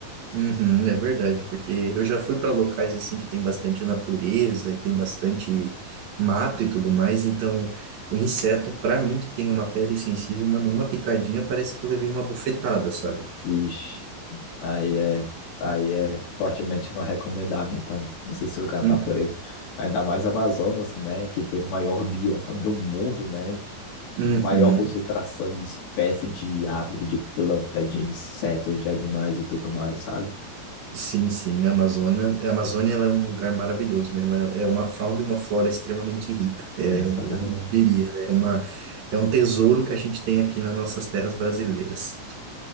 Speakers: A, on the right; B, on the left.
A: Uhum, é verdade, porque eu já fui para locais assim que tem bastante natureza e tem bastante mato e tudo mais, então o inseto, para mim que tem uma pele sensível, mano, uma picadinha parece que eu levei uma bufetada, sabe?
B: Vixe. Aí é, aí é fortemente não recomendável, então, esses lugares
A: Uhum.
B: da natureza. Ainda mais Amazonas, que, né, que tem o maior bioma do mundo, né?
A: Uhum.
B: Maior concentração de espécies de árvore, de planta, de insetos, de animais e tudo mais, sabe?
A: Sim, sim, a Amazônia, a Amazônia ela é um lugar maravilhoso, né? Ela é uma fauna e uma flora extremamente rica, é,
B: É, exatamente.
A: eu, eu diria, né? É uma, é um tesouro que a gente tem aqui nas nossas terras brasileiras.